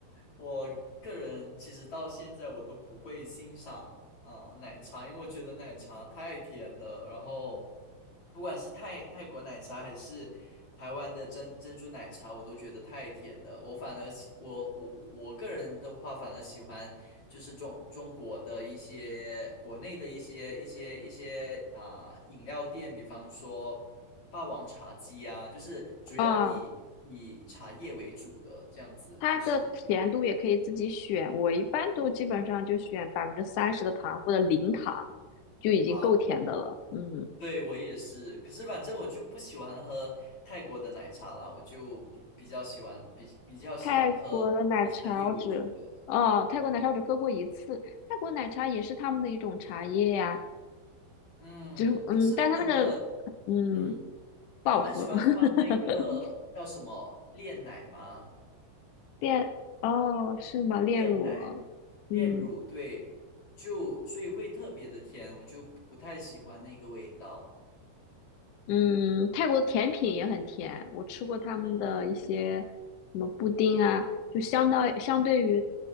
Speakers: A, on the left; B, on the left.
A: 我个人其实到现在我都不会欣赏啊、奶茶，因为我觉得奶茶太甜了。然后，不管是泰泰国奶茶还是台湾的珍珍珠奶茶，我都觉得太甜了。我反而喜我我我个人的话，反而喜欢就是中中国的一些国内的一些一些一些啊、饮料店，比方说霸王茶姬啊，就是主要以以茶叶为主的这样子，
B: 嗯，它的甜度也可以自己选，
A: 就是。
B: 我一般都基本上就选百分之三十的糖或者零糖，就已经够甜的了。
A: 啊，我
B: 嗯，
A: 对，我也是。可是反正我就不喜欢喝泰国的奶茶啦，我就比比较喜欢比比较喜欢喝以茶叶为主的。
B: 泰国的奶茶我只，哦，泰国奶茶我只喝过一次。
A: 嗯
B: 泰国奶茶也是他们的一种茶叶呀、
A: 嗯，
B: 只是嗯，
A: 可是他们的
B: 但是它那个嗯
A: 嗯，
B: 不好喝，
A: 他们喜欢放那个叫什么炼奶吗？
B: <laughs> 炼哦是吗？炼乳啊，
A: 炼奶、炼乳，
B: 嗯
A: 对，就所以会特别的甜，我就不太喜欢那个味道。
B: 嗯，泰国的甜品也很甜，我吃过他们的一些什么布丁啊，
A: 嗯，
B: 就相当相对于